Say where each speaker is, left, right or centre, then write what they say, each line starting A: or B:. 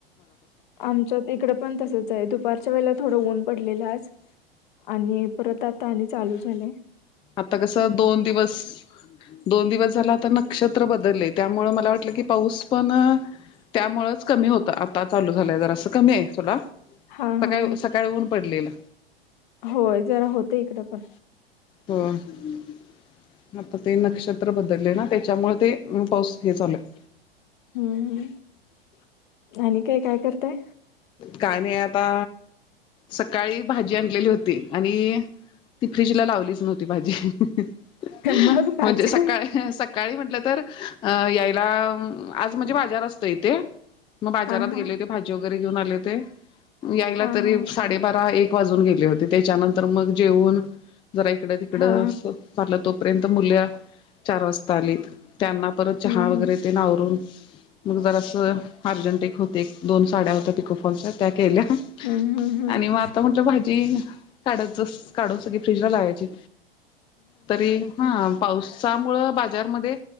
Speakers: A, on the left; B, on the left.
A: आमच्या इकड पण तसच आहे दुपारच्या वेळेला थोडं ऊन पडलेला आज आणि परत आता आणि चालू झालाय
B: आता कस दोन दिवस दो <inaudible> न दिवस झाला आता नक्की नक्षत्र बदलय त्यामुळे मला वाटलं की पाऊस पण त्यामुळेच कमी होत आता चालू झालंय जर असं कमी आहे तुला <inaudible>
A: हा
B: सकाळी
A: हा हा
B: -सकाळी ऊन पडलेल
A: होय जरा होतंय इकडे पण
B: हो <inaudible> आता <inaudible> ते नक्षत्र बदलले ना त्याच्यामुळे ते पाऊस हे चालय
A: हम्म -हम् आणि काय- काय करताय
B: का नाही आता सकाळी भाजी आणलेली होती आणि ती फ्र्रीजला लावलीच <inaudible> नव्हती भाजी <inaudible>
A: मग बादशा
B: म्हणजे सकाळी- सकाळी म्हंटलं तर यायचं आज म्हणजे बाजार असतोय इथे मग बाजात
A: हा हा
B: गेले हो ज <inaudible> वगैरे घेऊन आले ते यायला
A: हा
B: तरी
A: हा
B: साडेबारा एक वाजून गेले होते त्याच्यानंतर मग जेवून जरा इकड तिकड
A: हा
B: <inaudible>
A: हा
B: भरलं तोपर्यंत मुलं चार वाजता त्यांना परत
A: हम्म
B: चहा
A: हम्म
B: वगैरे ते आवरून मग जर असं अर्जंट एक होते दोन साड्या होत्या पिकोफॉलच्या त्या <inaudible> केल्या
A: हम्म हम्म हम्म
B: आणि मग आता म्हटलं भाजी काढतस <inaudible> काढून सगळी फ्रीजला लावायची तरी हा पाऊस त्यामुळे बाजार मध्ये